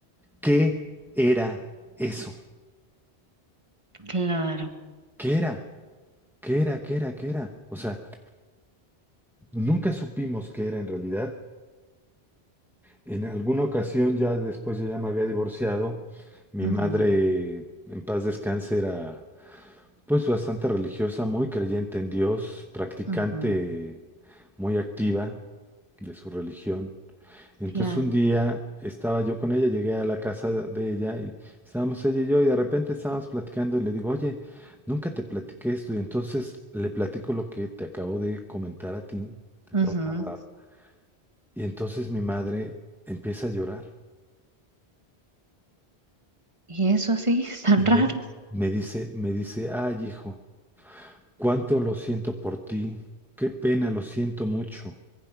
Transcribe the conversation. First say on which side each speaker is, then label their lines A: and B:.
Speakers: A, in the centre; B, on the right.
A: ¿qué era eso?
B: claro.
A: ¿Qué era? ¿Qué era? ¿Qué era? ¿Qué era? O sea, nunca supimos qué era en realidad. En alguna ocasión, ya después yo ya me había divorciado, mi
B: Ujú,
A: madre, en paz descanse, era pues bastante religiosa, muy creyente en Dios, practicante
B: ujú.
A: muy activa de su religión. Entonces
B: Claro.
A: un día estaba yo con ella, llegué a la casa de ella y estábamos ella y yo y de repente estábamos platicando y le digo, oye, nunca te platiqué esto y entonces le platico lo que te acabo de comentar a ti, te
B: Ujú.
A: acabo de narrar. Y entonces mi madre empieza a llorar.
B: Y eso sí, <laughs> tan
A: Y me,
B: raro.
A: me dice, me dice, ay, hijo, cuánto lo siento por ti, qué pena, lo siento mucho.